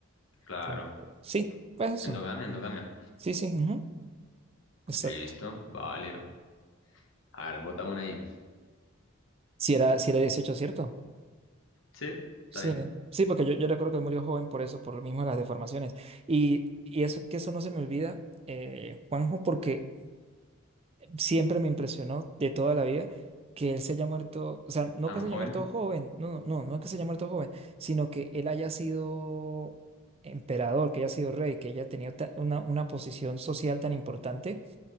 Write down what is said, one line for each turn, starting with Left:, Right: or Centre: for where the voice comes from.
Left: Claro.
Right: teniendo. Sí, pues eso.
Left: Endogamia, endogamia.
Right: Sí, sí, ujú, Exacto.
Left: Listo, válido. A ver, bota una ahí.
Right: Si era, si era 18, ¿cierto?
Left: Sí, está
Right: Sí,
Left: bien.
Right: sí, porque yo, yo recuerdo que murió joven por eso, por lo mismo de las deformaciones. Y, y eso, que eso no se me olvida, eh, Juanjo, porque siempre me impresionó de toda la vida que él se haya muerto, o sea, no
Left: Tan
Right: que se haya
Left: joven.
Right: muerto joven, no, no, no, no es que se haya muerto joven, sino que él haya sido emperador, que haya sido rey, que haya tenido ta- una, una posición social tan importante,